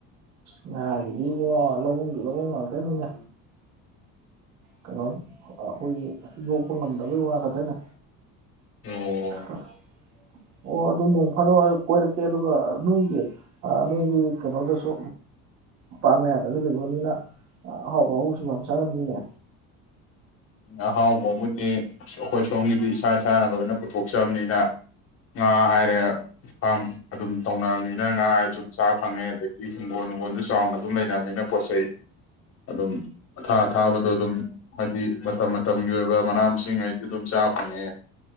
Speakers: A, on the right (about 55°); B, on the left (about 45°).
A: ꯉꯥꯒꯤꯗꯤ ꯏꯕꯣ ꯂꯧꯕꯝꯒꯤ ꯂꯧꯕꯝ ꯉꯥꯛꯇꯅꯤꯅꯦ ꯀꯩꯅꯣ ꯑꯩꯈꯣꯏꯒꯤ ꯌꯣꯛꯄ ꯉꯝꯗꯕꯩ ꯋꯥ ꯈꯛꯇꯅꯦ
B: ꯑꯣ
A: <inaudible> ꯑꯣ ꯑꯗꯨ ꯅꯣꯡ ꯐꯥꯗꯣꯛ ꯀꯣꯏꯔꯛꯀꯦ ꯑꯗꯨꯒ ꯅꯣꯏ ꯅꯣꯏꯒꯤ ꯀꯩꯅꯣꯗꯁꯨ ꯄꯥꯠ ꯃꯌꯥꯗꯁꯨ ꯂꯩꯕꯅꯤꯅ ꯑꯍꯥꯎꯕ ꯑꯍꯥꯎꯕꯁꯨ ꯌꯥꯝ ꯆꯥꯔꯝꯃꯤꯅꯦ
B: ꯑꯍꯥꯎꯕꯕꯨꯗꯤ ꯑꯩꯈꯣꯏ ꯁꯣꯝꯒꯤꯗꯤ ꯏꯁꯥ ꯏꯁꯥꯅ ꯂꯣꯏꯅ ꯄꯨꯊꯣꯛꯆꯕꯅꯤꯅ ꯉꯥ ꯍꯥꯏꯔꯦ ꯐꯥꯝ ꯑꯗꯨꯝ ꯇꯧꯅꯕꯅꯤꯅ ꯉꯥꯁꯨ ꯆꯥ ꯐꯪꯉꯦ ꯑꯗꯒꯤ ꯍꯤꯡꯒꯣꯜ ꯍꯨꯝꯒꯣꯜꯁꯨ ꯆꯥꯎꯅ ꯑꯗꯨꯝ ꯂꯩꯅꯕꯅꯤꯅ ꯄꯣꯠ ꯆꯩ ꯑꯗꯨꯝ ꯑ ꯊꯥ ꯊꯥꯕꯗꯣ ꯑꯗꯨꯝ ꯍꯥꯏꯗꯤ ꯃꯇꯝ ꯃꯇꯝꯒꯤ ꯑꯣꯏꯕ ꯃꯅꯥ ꯃꯁꯤꯡꯒꯩꯁꯨ ꯑꯗꯨꯝ ꯆꯥ ꯐꯪꯉꯦ